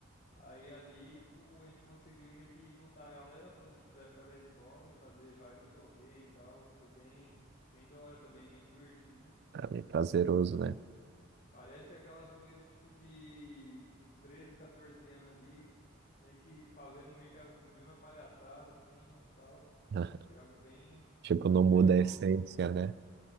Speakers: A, on the left; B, on the right.
A: Aí ali, tipo, a gente conseguiu meio que juntar a galera toda, tipo, da época da escola e fazer vários rolês e tal. Foi bem, bem da hora também, bem divertido.
B: É prazeroso,
A: Tipo,
B: né?
A: parece que aquela zoeira, tipo, de dos 13 14 anos ali, meio que fazendo meio que a mesma palhaçada, assim, e tal.
B: <laughs>
A: Foi algo bem,
B: Tipo, não
A: bem
B: muda
A: top,
B: a essência,
A: assim, sabe?
B: né?